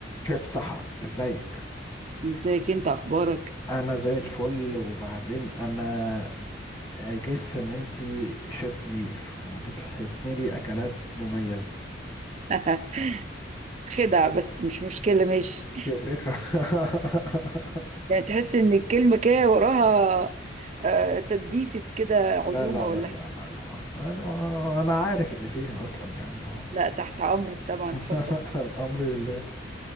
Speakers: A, on the left; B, on the right.
A: شيف سحر ازيك
B: ازيك انت اخبارك
A: انا زي الفل وبعدين انا اجس ان انتي شيف كبير وبتحبي لي اكلات مميزة
B: <laughs> خدعة بس مش مشكلة ماشي
A: يا شيخة <laughs>
B: يعني تحس ان الكلمة كده وراها آه، تدبيسة كده عزومة
A: لا لا
B: ولا
A: لا لا
B: ح-
A: لا لا انا انا عارف اللي فيها اصلا يعني ما
B: لا تحت امرك طبعا
A: <laughs>
B: اتفضل
A: الامر لله